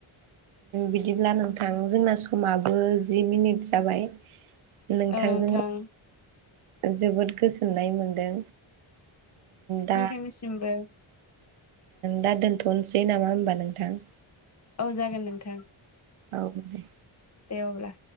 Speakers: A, on the right; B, on the left.
A: बिदिब्ला नोंथां जोंना समाबो जि मिनिट जाबाय नोंथांजों
B: औ नोंथां
A: जोबोद गोजोननाय मोनदों दा
B: नोंथांनिसिमबो
A: दा दोन्थ'नोसै नामा होमबा नोंथां?
B: औ जागोन नोंथां।
A: औ दे।
B: दे अब्ला।